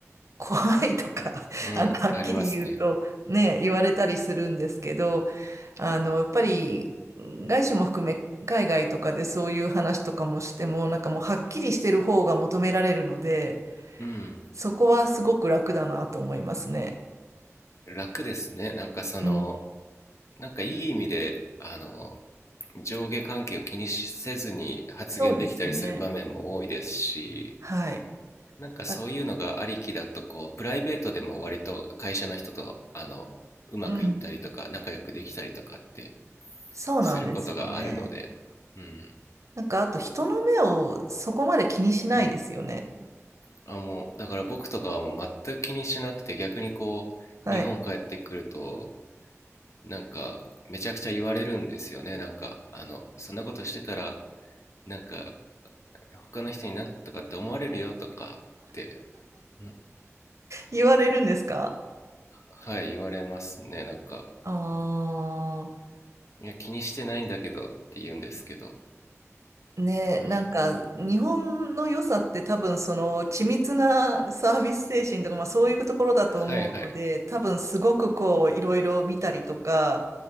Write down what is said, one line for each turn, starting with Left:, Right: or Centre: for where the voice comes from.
Right: 怖いとか、<laughs>
Left: うん、
Right: あの、はっきり言うとね、
Left: ありますね。
Right: 言われたりするんですけど、あの、やっぱり、外資も含め、海外とかでそういう話とかもしても、なんかもうはっきりしてる方が求められるので、
Left: うん。
Right: そこはすごく楽だなと思いますね。
Left: 楽ですね。なんかその、
Right: うん、
Left: なんかいい意味で、あの、上下関係を気にせずに発言できたりする場面も多いですし、
Right: そうですね。はい。
Left: なんかそういうのがありきだと、
Right: あ、
Left: こう、プライベートでも割と会社の人と、あの、うまくいったりとか、
Right: うん、
Left: 仲良くできたりとかって
Right: そうなんですよね。
Left: することがあるので、うん。
Right: なんか、あと人の目をそこまで気にしないですよね。
Left: うんあ、もう、だから僕とかはもう全く気にしなくて、逆にこう、
Right: はい。
Left: 日本帰ってくると、なんか、めちゃくちゃ言われるんですよね。なんか、あの、そんなことしてたら、なんか他の人になんとかって思われるよとかってうん
Right: 言われるんですか
Left: はい言われますねなんか
Right: ああー。
Left: いや気にしてないんだけどって言うんですけど
Right: ね、
Left: うん。
Right: なんか日本の良さって多分その緻密なサービス精神とか、まあ、そういうところだと思うので多分すごくこういろいろ見たりとか
Left: はいはい